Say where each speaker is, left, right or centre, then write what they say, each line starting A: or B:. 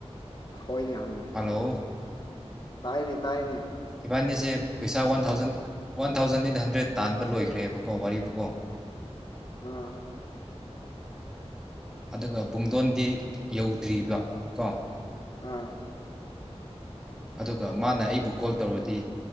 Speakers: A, on the left; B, in the centre.
A: ꯍꯣꯏꯅꯦ ꯍꯣꯏꯅꯦ
B: ꯍꯜꯂꯣ
A: ꯇꯥꯏꯅꯦ ꯇꯥꯏꯅꯦ
B: ꯏꯕꯥꯅꯤꯁꯦ ꯄꯩꯁꯥ one thousand one thousand eight hundred ꯇꯥꯟꯕ ꯂꯣꯏꯈ꯭ꯔꯦꯕꯀꯣ ꯋꯥꯔꯤꯕꯨꯀꯣ <inaudible>
A: ꯑꯥ
B: ꯑꯗꯨꯒ ꯄꯨꯡꯗꯣꯟꯗꯤ ꯌꯧꯗ꯭ꯔꯤꯕ ꯀꯣ
A: ꯑꯥ
B: ꯑꯗꯨꯒ ꯃꯥꯅ ꯑꯩꯕꯨ ꯀꯣꯜ ꯇꯧꯔꯗꯤ